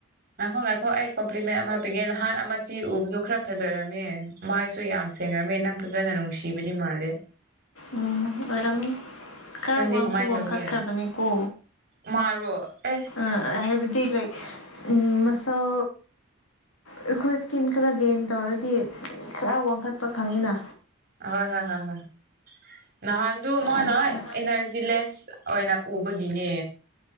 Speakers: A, on the right; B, on the left.
A: ꯉꯥꯏꯈꯣ ꯉꯥꯏꯈꯣ ꯑꯩ ꯀꯣꯝꯄ꯭ꯂꯤꯃꯦ ꯑꯃꯥ ꯄꯤꯒꯦ ꯅꯍꯥꯟ ꯑꯃꯥ ꯆꯤ ꯎꯕꯗꯨ ꯈꯔ ꯐꯖꯔꯝꯃꯦ ꯃꯥꯏꯁꯨ ꯌꯥꯝ ꯁꯦꯡꯔꯝꯃꯦ ꯅꯪ ꯐꯖꯅ ꯅꯨꯡꯁꯤꯕꯗꯤ ꯃꯥꯜꯂꯦ
B: ꯎꯝ ꯑꯣꯏꯔꯝꯅꯤ ꯈꯔ
A: ꯅꯪꯗꯤ
B: ꯋꯥꯡꯁꯨ
A: ꯀꯃꯥꯏꯅ
B: ꯋꯥꯡꯈꯠꯈ꯭ꯔꯕꯅꯤꯀꯣ
A: ꯇꯧꯒꯦ ꯃꯥꯔꯣ ꯑꯦ
B: ꯑ ꯍꯥꯏꯕꯗꯤ ꯂꯥꯏꯛ ꯎꯝ ꯃꯁꯜ ꯑꯩꯈꯣꯏ ꯁ꯭ꯀꯤꯟ ꯈꯔ ꯒꯦꯟ ꯇꯧꯔꯗꯤ ꯈꯔ ꯋꯥꯡꯈꯠꯄ ꯈꯪꯉꯤꯅ
A: ꯍꯣꯏ ꯍꯣꯏ ꯍꯣꯏ ꯍꯣꯏ ꯅꯍꯥꯟꯗꯨ ꯃꯥꯅ
B: ꯑꯗꯨꯗꯣ
A: ꯏꯅꯔꯖꯤꯂꯦꯁ ꯑꯣꯏꯅ ꯎꯕꯒꯤꯅꯦ